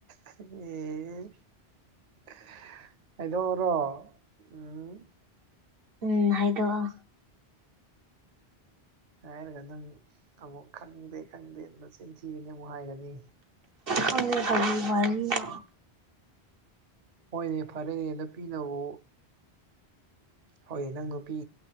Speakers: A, on the right; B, on the right.
A: ꯑꯦ ꯍꯥꯏꯗꯣꯛꯑꯣꯔꯣ ꯎꯝ
B: ꯎꯝ ꯍꯥꯏꯗꯣꯛꯑꯣ
A: ꯍꯥꯏꯔꯒ ꯅꯪ ꯑꯃꯨꯛ ꯈꯪꯗꯦ ꯈꯪꯗꯦ ꯅꯆꯤꯟ ꯊꯤꯒꯅꯤ ꯑꯃꯨꯛ ꯍꯥꯏꯒꯅꯤ
B: ꯈꯪꯗꯦ ꯀꯔꯤ ꯋꯥꯔꯤꯅꯣ
A: ꯍꯣꯏꯅꯦ ꯐꯔꯦ ꯅꯨꯄꯤꯅꯕꯨ ꯍꯣꯏ ꯅꯪ ꯅꯨꯄꯤ